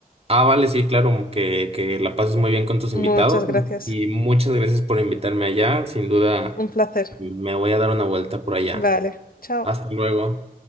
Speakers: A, on the right; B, on the left.
A: Ah, vale, sí, claro, que, que la pases muy bien con tus
B: Muchas
A: invitados
B: gracias,
A: y muchas gracias por invitarme allá. Sin duda
B: un placer.
A: me voy a dar una vuelta por allá.
B: Vale, chao.
A: Hasta luego.